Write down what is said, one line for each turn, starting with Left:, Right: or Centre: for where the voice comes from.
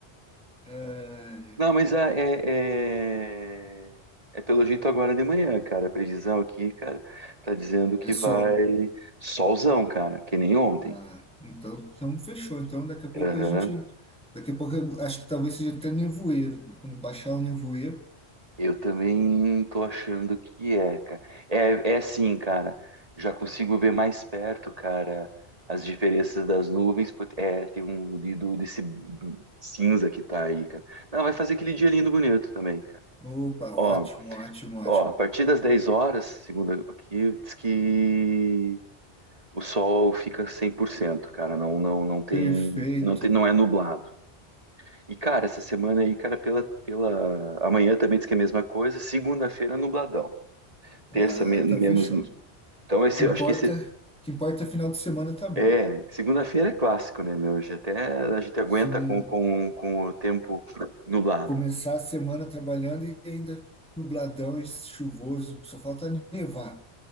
Centre: É,
Right: Não, mas ah, é, é, é pelo jeito agora de manhã, cara. A previsão aqui, cara, tá dizendo que
Centre: É sol.
Right: vai solzão, cara, que nem ontem.
Centre: Ah, então, então fechou. Então daqui a pouco
Right: Aham.
Centre: a gente. Daqui a pouco eu acho que talvez seja até nevoeiro. Quando baixar o nevoeiro.
Right: Eu também tô achando que é, cara. É, é sim, cara. Já consigo ver mais perto, cara, as diferenças das nuvens. Pô, É, tem um de- do- desse cinza que tá aí, cara. Não, vai fazer aquele dia lindo bonito também, cara.
Centre: Opa,
Right: Ó,
Centre: ótimo, ótimo, ótimo.
Right: ó, a partir das 10 horas, segundo aqui, diz que O sol fica 100%, cara, não não não tem
Centre: Perfeito.
Right: não tem não é nublado. E cara, essa semana aí, cara, pela pela amanhã também diz que é a mesma coisa, segunda-feira nubladão,
Centre: Ah,
Right: terça men-
Centre: então
Right: menos
Centre: fechou.
Right: nu-
Centre: O
Right: Então esse
Centre: que importa,
Right: eu acho que esse
Centre: o que importa é final de semana tá bom.
Right: é, segunda-feira é clássico, né, meu? Hoje até a gente aguenta
Centre: Sim,
Right: com com, com o tempo nublado.
Centre: começar a semana trabalhando e ainda nubladão e chuvoso, só falta nevar.